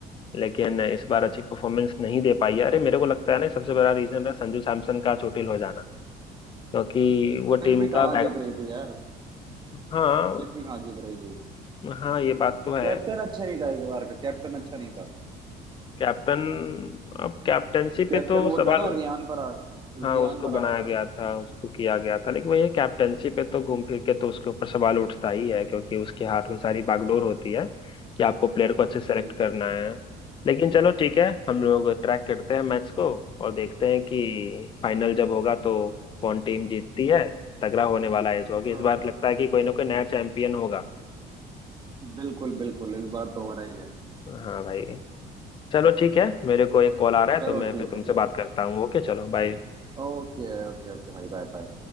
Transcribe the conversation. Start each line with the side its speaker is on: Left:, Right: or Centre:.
Left: लेकिन इस बार अच्छी परफॉर्मेंस नहीं दे पाई है अरे मेरे को लगता है ना सबसे बड़ा रीजन है संजू सैमसन का चोटिल हो जाना क्योंकि वो
Right: फिर
Left: टीम
Right: भी कहाँ
Left: का बैक
Right: जीत रही थी यार
Left: हाँ
Right: फिर भी कहाँ जीत रही थी
Left: हाँ ये बात तो है
Right: कैप्टन अच्छा नहीं था इस बार का कैप्टन अच्छा नहीं था
Left: कैप्टन अब कैप्टनसी
Right: कैप्टन
Left: पे तो
Right: वो
Left: सवाल
Right: था ना रियान पराग
Left: हाँ
Right: रियान
Left: उसको
Right: पराग
Left: बनाया
Right: था
Left: गया था उसको किया गया था लेकिन भैया कैप्टेंसी पे तो घूम फिर के तो उसके ऊपर सवाल उठता ही है क्योंकि उसके हाथ में सारी बागडोर होती है कि आपको प्लेयर को अच्छे
Right: बिल्कुल
Left: सेलेक्ट करना है लेकिन चलो ठीक है हम लोग ट्रैक करते हैं मैच को और देखते हैं कि फाइनल जब होगा तो कौन टीम जीतती है तगड़ा होने वाला है इस बार, क्योंकि
Right: हाँ
Left: इस बार लगता है कि कोई ना कोई नया चैंपियन होगा
Right: बिल्कुल बिल्कुल इस बार तो हो रही है
Left: हाँ भाई चलो ठीक है मेरे को एक कॉल आ रहा है
Right: चलो
Left: तो मैं
Right: ठीक
Left: फिर तुमसे
Right: है फिर
Left: बात करता हूँ ओके चलो बाय
Right: ओके ओके ओके भाई बाय बाय